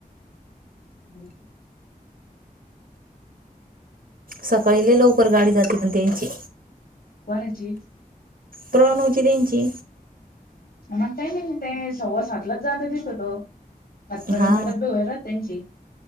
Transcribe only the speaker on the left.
हम्
कोणाची?
मग काय नाही म ते सव्वा सातलाच जात तिथे त आतापर्यंत
डबे होयल राहतात त्यांचे